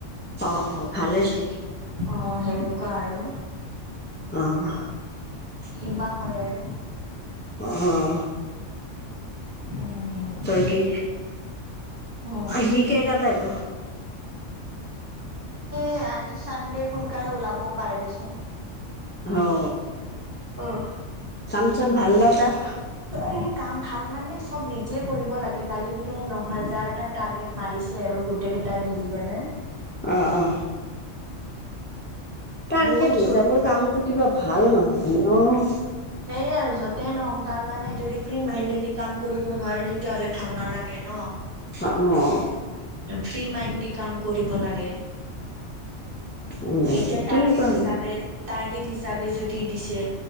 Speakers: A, on the left; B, on the right.
A: অ-অ ভালেই চোন।
B: অ সেনেকোৱা আৰু।
A: <unintelligible>
B: কি বা হয় আৰু।
A: অহ।
B: উম,
A: তই কি,
B: অ',
A: সি কেইটাত আহিব?
B: ই আজি চানডে, সোনকালে ওলাবও পাৰে দেচোন।
A: অ
B: অ',
A: কাম চাম ভাল নাহ তাৰ
B: এই কাম ভাল মানে চব নিজে কৰিব লাগে কালি বোলে ন হাজাৰটা টাৰ্গেট মাৰিছে আৰু গোটেই কেইটাই মিলি <unintelligible>
A: আহ অ টাৰ্গেট
B: বহুত চোন
A: হিচাপৰ কামটো কিবা ভাল নহয় ন
B: সেইয়ে আৰু য'ত নহক তাৰ মানে যদি ফ্ৰী মাইণ্ডেড কাম কৰিব নোৱাৰে তেতিয়াহলে ভাল নালাগে ন
A: অ অ
B: ফ্ৰী মাইণ্ড কাম কৰিব লাগে
A: উম
B: এতিয়া
A: তেনেকুৱা
B: টাৰ্গেট
A: আৰু
B: হিচাপে টাৰ্গেট হিচ হিচাপে যদি দিছে